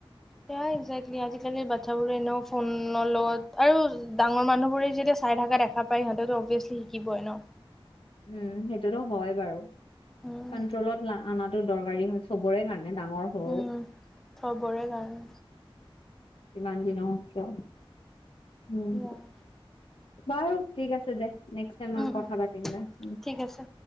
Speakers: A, in the centre; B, on the left.
A: সেয়াই এজেক্টলি আজি কালি বাচ্ছাবোৰে এনেও ফোনৰ লগত আৰু ডাঙৰ মানুহবোৰে যেতিয়া চাই থকা দেখা পায় সিহঁতেতো অবিয়েচলি শিকিব ন
B: উম সেইটোতো হয় বাৰু
A: উম
B: কণ্ট্ৰলত লা আনাত টো দৰকাৰী হয় চবৰে কাৰণে ডাঙৰ সৰু
A: উম চবৰে বাৰু
B: যিমান যি নহওক কিয় উম
A: সেয়াই
B: বাৰু ঠিক আছে দে নেক্স টাইম আ
A: উম,
B: কথা পাতিম দে উ
A: ঠিক আছে।